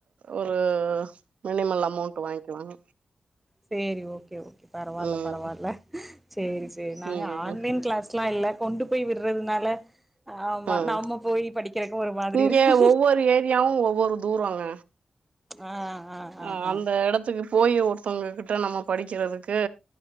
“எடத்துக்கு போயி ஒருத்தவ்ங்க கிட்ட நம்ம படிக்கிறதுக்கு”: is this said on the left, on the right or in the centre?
Right